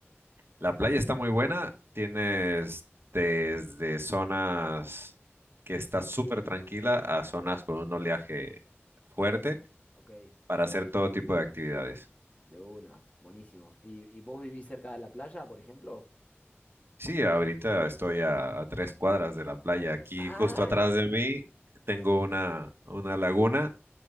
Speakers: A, on the right; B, on the left.
A: La playa está muy buena, tienes desde zonas que está súper tranquila a zonas con un oleaje fuerte
B: Ok.
A: para hacer todo tipo de actividades.
B: De una, buenísimo. ¿Y, y vos vivís cerca de la playa, por ejemplo?
A: Sí, ahorita estoy a, a tres cuadras de la playa. Aquí
B: Ah,
A: justo atrás de mí tengo una, una laguna,